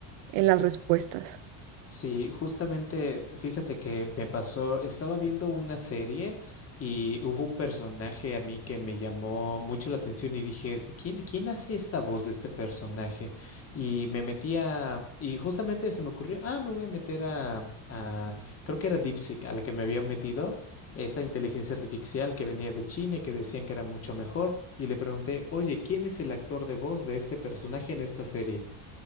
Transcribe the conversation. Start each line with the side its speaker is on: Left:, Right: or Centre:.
Right: en las respuestas.
Left: Sí, justamente, fíjate que me pasó, estaba viendo una serie y hubo un personaje a mí que me llamó mucho la atención y dije, "¿De ¿quién, quién hace esta voz de este personaje? Y me metía, y justamente se me ocurrió, ah, me voy a meter a, a- creo que era DeepSeek, a la que me había metido, esta inteligencia artificial que venía de China y que decían que era mucho mejor, y le pregunté, oye, ¿quién es el actor de voz de este personaje en esta serie?